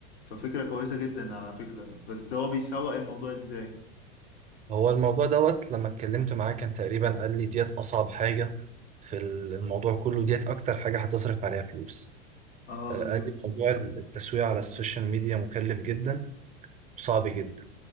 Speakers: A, on the left; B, on the right.
A: ففكرة كويسة جدا على فكرة بس هو بيسوق الموضوع إزاي
B: هو الموضوع دوت لما اتكلمت معاه كان تقريبا قال لي ديت أصعب حاجة في ال- الموضوع كله ديت أكتر حاجة هتصرف عليها فلوس
A: اه
B: آه،
A: بالظبط
B: قال لي موضوع التسويق على السوشيال ميديا مكلف جدا وصعب جدا